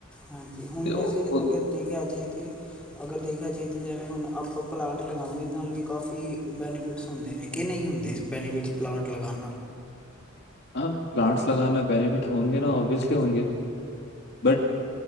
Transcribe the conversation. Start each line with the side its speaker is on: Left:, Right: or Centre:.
Centre: ਹਾਂਜੀ ਹੁਣ
Left: ਤੇ
Centre: ਵੀ
Left: ਉਹ
Centre: ਅਸੇ ਅਰ ਦੇਖਿਆ ਜਾਏ ਤੇ ਅਗਰ ਦੇਖਿਆ ਜੇ ਤਾਂ ਜਿਵੇਂ ਹੁਣ ਆਪਾਂ ਪਲਾਂਟ ਲਗਾਵਾਂਗੇ ਤੇ ਇਹਦੇ ਨਾਲ ਵੀ ਕਾਫੀ ਬੈਨੀਫਿਟਸ ਹੁੰਦੇ ਨੇ ਕਿ ਨਹੀਂ ਹੁੰਦੇ ਬੈਨੀਫਿਟਸ ਪਲਾਂਟ ਲਗਾਣ ਨਾਲ
Left: ਹਾਂ ਪਲਾਟਸ ਲਗਾਣ ਨਾਲ ਬੈਨੀਫਿਟਸ ਹੋਣਗੇ ਨਾ ਓਬਵੀਅਸਲੀ ਹੋਣਗੇ ਬਟ